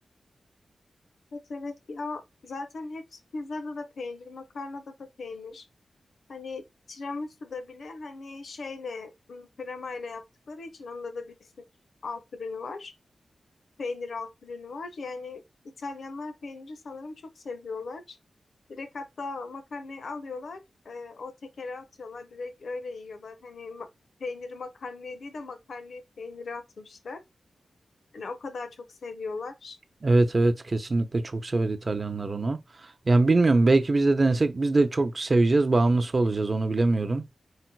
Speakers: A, on the left; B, on the right.
A: evet, evet. Ya zaten hepsi pizzada da peynir, makarnada da peynir. Hani tiramisu'da bile hani şeyle, m, kremayla yaptıkları için onda da bir süt alt ürünü var. peynir alt ürünü var. Yani İtalyanlar peyniri sanırım çok seviyorlar. Direkt hatta makarnayı alıyorlar, e, o tekere atıyorlar, direkt öyle yiyorlar. Hani ma- peyniri makarnaya değil de makarnayı peynire atmışlar. Yani o kadar çok seviyorlar.
B: Evet evet kesinlikle çok sever İtalyanlar onu. Yani bilmiyorum belki biz de denesek biz de çok seveceğiz, bağımlısı olacağız onu bilemiyorum.